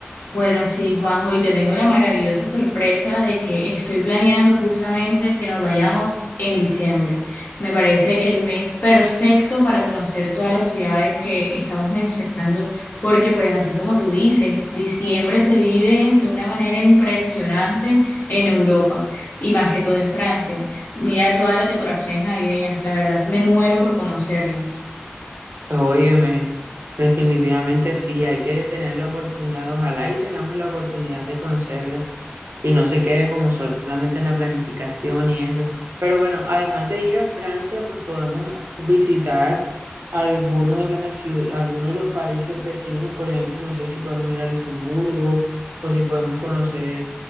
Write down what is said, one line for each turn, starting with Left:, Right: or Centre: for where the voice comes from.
Left: Bueno, sí, Juanjo, y te tengo la maravillosa sorpresa de que estoy planeando justamente que nos vayamos en diciembre. Me parece el mes perfecto para conocer todas las ciudades que estamos mencionando, porque pues así como tú dices, diciembre se vive de una manera impresionante en Europa y más que todo en Francia. Mira todas las decoraciones navideñas, la verdad me muero por conocerlas.
Right: Pues, Óyeme, definitivamente sí, hay que tener la oportunidad, ojalá y tengamos la oportunidad de conocerlas y no se quede como solamente en la planificación y eso. Pero bueno, además de ir a Francia, pues podemos visitar alguno de las ciu- alguno de los países vecinos, por ejemplo, no sé si podemos ir a Luxemburgo o si podemos conocer